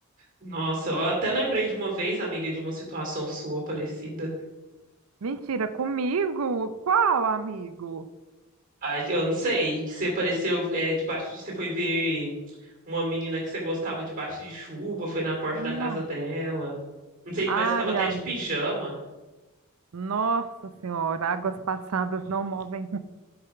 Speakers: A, on the right; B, on the right.
A: Nossa, eu até lembrei de uma vez, amiga, de uma situação sua parecida.
B: Mentira, comigo? Qual amigo?
A: Ai, que eu não sei, que você apareceu é, debaixo de. Você foi ver uma menina que você gostava debaixo de chuva, foi na porta
B: Não.
A: da casa dela. Não sei,
B: Ai,
A: parece que você tava até
B: a-
A: de pijama.
B: nossa senhora, águas passadas não movem.